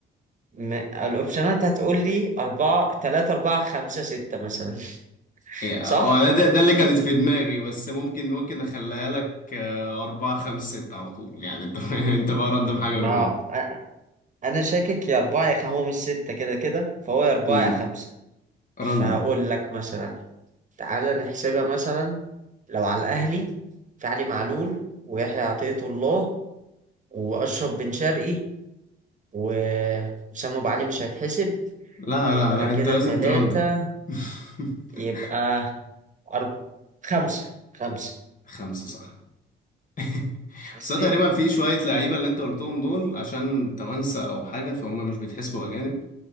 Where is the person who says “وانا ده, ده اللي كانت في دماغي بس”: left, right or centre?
Left